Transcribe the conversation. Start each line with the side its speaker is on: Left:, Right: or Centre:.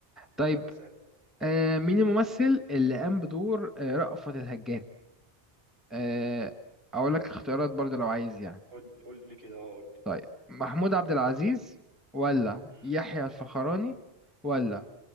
Centre: طيب
Right: يلا سألني
Centre: آه... مين الممثل اللي قام بدور آه، رأفت الهجان آه... أقول لك
Right: امم
Centre: اختيارات برضه لو عايز يعني
Right: قول لي قول لي كده اه قول لي
Centre: طيب
Right: لازم
Centre: محمود عبد العزيز ولا
Right: امم
Centre: يحيى الفخراني ولا